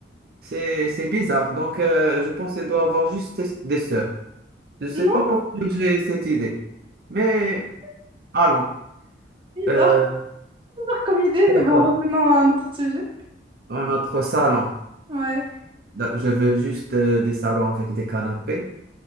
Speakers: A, on the right; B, on the right.
A: C'est, c'est bizarre. Donc, euh, je pense qu'elle doit avoir juste des des sœurs. Je ne
B: Non,
A: sais pas pourquoi j'ai cette idée. Mais
B: c'est
A: allons.
B: bizarre
A: Euh,
B: <laughs> comme idée, mais
A: d'accord.
B: bon, revenons à notre sujet.
A: Un autre salon.
B: Ouais.
A: Da- Je veux juste euh, des salons avec des canapés,